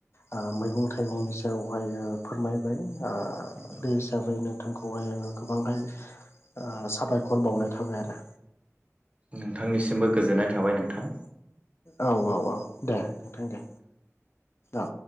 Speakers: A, on the left; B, on the right.
A: ओ मैगं थाइगंनि सायाव खौहाय फोरमायबाय दा
B: नंगौ
A: बे हिसाबै नोंथांखौहाय आङो गोबांहाय ओ साबायखर बावनाय थाबाय आरो।
B: नोंथांनिसिमबो गोजोननाय थाबाय नोंथां।
A: औ औ औ दे नोंथां दे। औ